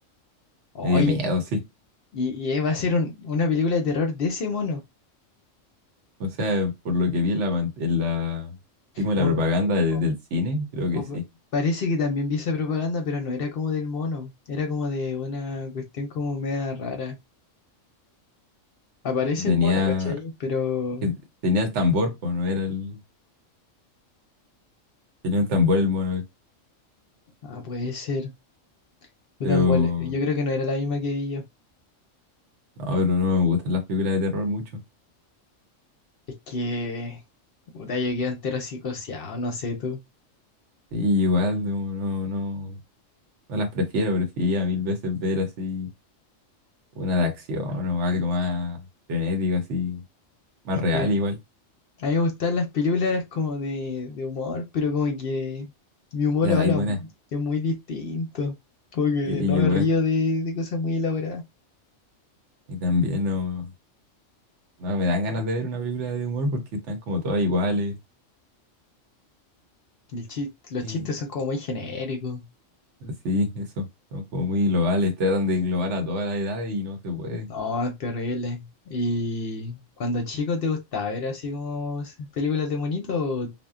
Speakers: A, on the left (about 55°); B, on the right (about 65°).
A: oye
B: me dio miedo, sí.
A: y, y eh, va a ser un- una película de terror de ese mono.
B: O sea, por lo que vi en la... pan- En la... así como en
A: O,
B: la propaganda de-
A: o-
B: del cine, creo que
A: o
B: sí.
A: pa- parece que también vi esa propaganda, pero no era como del mono, era como de una cuestión como media rara. Aparece
B: Tenía
A: el mono, ¿cachai? Pero...
B: que tenía el tambor, pues no era el. Tenía un tambor el mono,
A: Ah, puede ser. Puta,
B: pero.
A: en bola, Yo creo que no era la misma que vi yo.
B: No, pero no me gustan las películas de terror mucho.
A: Es que, puta, yo quedo entero psicoseado, no sé tú.
B: Sí, igual, no, no, no. No las prefiero, prefería mil veces ver así una de acción o algo más frenético, así, más
A: Es
B: real
A: que
B: igual.
A: a mí me gustan las películas como de, de humor, pero como que mi humor
B: Ya
A: ahora
B: no hay buenas.
A: es muy distinto. Como que
B: Sí,
A: no
B: yo
A: me
B: igual.
A: río de, de cosas muy elaboradas.
B: Y también no, no me dan ganas de ver una película de humor porque están como todas iguales.
A: Y el chis- los
B: Eh,
A: chistes son como muy genéricos.
B: sí, eso. Son como muy globales. Tratan de englobar a toda la edad y no se puede.
A: No, es terrible. ¿Y cuando chico te gustaba ver así como s- películas de monito o